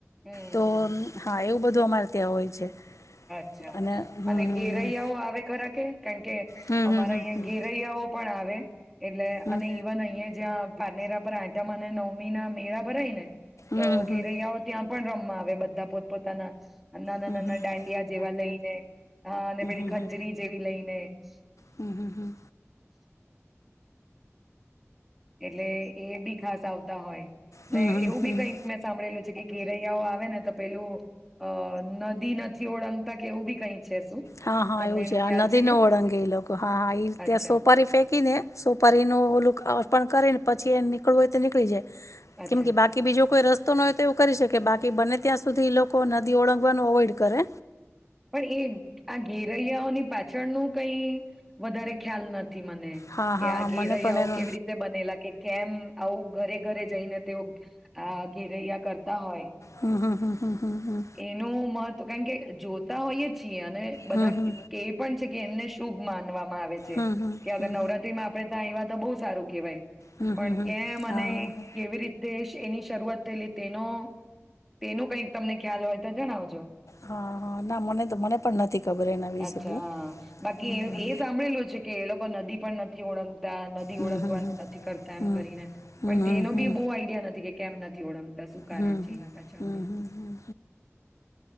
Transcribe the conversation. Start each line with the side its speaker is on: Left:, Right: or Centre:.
Centre: હમ
Left: તો
Centre: હમ
Left: હા એવું બધું અમારે ત્યાં હોય છે.
Centre: અચ્છા,
Left: અને હમ
Centre: અને ઘેરૈયાઓ આવે ખરા કે? કારણ કે
Left: હમ
Centre: અમારા
Left: હમ
Centre: અહં
Left: હમ
Centre: ઘેરૈયાઓ પણ આવે. એટલે
Left: હમ
Centre: અને ઇવન અહીંયા જ્યાં પાનેરા પર આટમ અને નવમી ના મેળા ભરાય ને. તો
Left: હમ હમ હમ હમ હમ
Centre: ઘેરૈયાઓ ત્યાં પણ રમવા આવે બધા. પોતપ પોતાના. ના ના
Left: હમ હમ
Centre: ના ડાન્ ડિયા જેવા લઈને હા અને પેલી
Left: હમ
Centre: ખંજરી
Left: હમ
Centre: જેવી લઈને. <unintelligible>
Left: હમ હમ હમ.
Centre: <inaudible> એટલે એ બી ખાસ આવતા હોય.
Left: હમ
Centre: ને
Left: હમ
Centre: એવું
Left: હમ
Centre: બી કઈક મેં સાંભળેલું છે કે ઘેરૈયાઓ આવે ને તો પેલું અ નદી નથી ઓળંગતા કેવું બી કઈ છે શું?
Left: હા હા
Centre: તમને
Left: એવું
Centre: એનો
Left: છે
Centre: ખ્યાલ
Left: નદી
Centre: કે?
Left: ન ઓળંગે એ લોકો હા હા એ
Centre: અચ્છા
Left: ત્યાં સોપારી ફેંકી ને સોપારી ન ઓ કરે પછ એ નીકળવ હોય તો નીળી જાય
Centre: અચ્છા
Left: કેમ કે બાકી બીજો કોઈ રસ્તો હોય તો એવું કરી શકે બાકી બને ત્યાં સુધી એ લોકો નદી ઓળંગવાનું અવોઈડ કરે.
Centre: પણ એ આ ઘેરૈયાઓની પાછળનું કઈ વધારે ખ્યાલ નથી મને,
Left: હા
Centre: કે
Left: હા
Centre: આ ઘેરૈયાઓ
Left: મને પણ એનો
Centre: કેવી રીતે બનેલા કે કેમ આવું ઘરે ઘરે જઈને તેઓ આ ઘેરૈયા કરતા હોય. એનું
Left: હમ હમ હમ હમ હમ
Centre: મહત્વ કારણ કે જો હોય છીએ અને બધા
Left: હમ હમ
Centre: કે પણ છે કે એમને શુભ માનવા. મા આવે છે
Left: હમ હમ હમ
Centre: કે
Left: હમ
Centre: અગર નવરાત્રી માં આપણે ત્યાં આયવા તો બહુ સારું કેવાય.
Left: હમ
Centre: પણ
Left: હમ હમ
Centre: કે મને
Left: હા હા
Centre: કેવી રીતે એની શરૂઆત થયેલી તેનો તેનું કઈક તમને ખ્યાલ હોય તો જણાવજો.
Left: હા હા ના મને તો મને પણ નથી ખબર એના વિશે
Centre: અચ્છા
Left: બહુ
Centre: હા બાકી
Left: હમ હમ
Centre: એ સાંભળેલું છે કે એ લોકો નદી પણ નથી ઓળંગતા નદી
Left: હમ
Centre: ઓળંગવાનું
Left: હમ
Centre: નથી કરતા એમ
Left: હમ
Centre: કરીને
Left: હમ
Centre: પણ તેનો
Left: હમ હમ
Centre: બી બહુ આઈડિયા નથી કે કેમ નથી ઓળંગતા શું કારણ
Left: હમ
Centre: છે એની પાછળનું.
Left: હમ હમ હમ